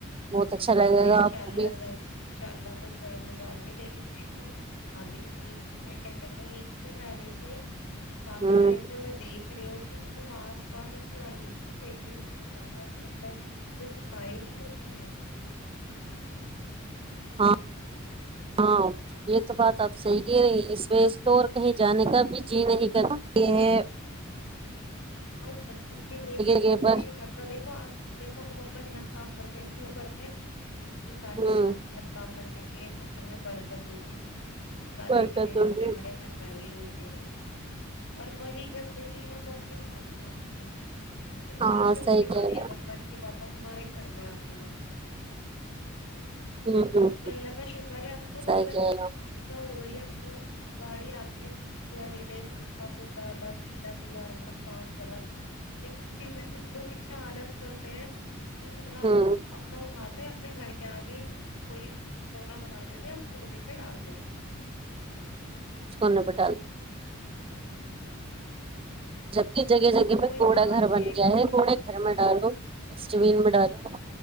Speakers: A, on the right (about 25°); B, on the left (about 85°).
A: بہت اچھا لگے
B: ہاں
A: گا
B: انشاء
A: آپ کو
B: اللہ
A: بھی
B: ضرور ان شاء اللہ پ ضرور جاؤں گی لیکن دیکھو ابھی بیچ میں کیا کہتاید سے پہلے سے کافی
A: ہ
B: ٹائم سے میں دیکھ کریوں کی مطلب آس پاس اتنی آلودگی پھیل رہ ہے بہت زیادہ ایسا لگتا ہے کہ میں صفائی نہیں ہوتی ہے
A: ہاں ہاں یہ تو بات آپ صحی ہی رہی اس و تو اور کہیں جانے کا بھی جی نہیں تے ہیں
B: اور زندگی دیکھ کے
A: جگہ
B: د
A: پر
B: میں ہی کرتا دیکھو آج دیکھو ہم اپنا گھر صاف کرتے ہیں کیوں کرتے ہیں اس لیے تاکہ
A: ہوں
B: ہم گھر صاف رکھیں دیں گے تو گھر میں برکت کیا مطالعہ
A: برکت
B: کی نعمتیں
A: ہوگی
B: ہمارے گھر ائے روز ہاں آ گی ٹھیک ہے اور وہی گندگی ہم اپنے بر چھوڑتے ہیں پھر باہر
A: ہاں
B: سے وہ
A: صحیح
B: بیماریاں
A: کہے گا
B: بن بن کے واپس ہمارے گھر میں آتی ہے
A: ہوں ہوں
B: اللہ کا شکر ہے اب تو مطلب
A: صحیح کہے
B: اتنی
A: گا
B: سویدھا ہو گئی ہے ب کو گاڑی آتی ہے خود کوڑا لے رہے سوفا کوڑا الگ گیلاا کوڑا الگ پانچ چل لیکن پھر بھی کچھ لوگ اتنا آلس کرتے ہیں کہ کوڑا
A: ہوں
B: اپنا اٹھاتے ہیں اپنے گھر کے آگئی کوئی کونا بنا دیتے اس کونے پہ ڈال دیتے
A: کند پال
B: ہ <unintelligible>
A: جبک جگہ جگہ پر کوڑا
B: کانچ
A: گھر بن گیا ہے کوڑے گھر میں ڈالو ڈسٹ بین میں
B: ہ
A: ڈالو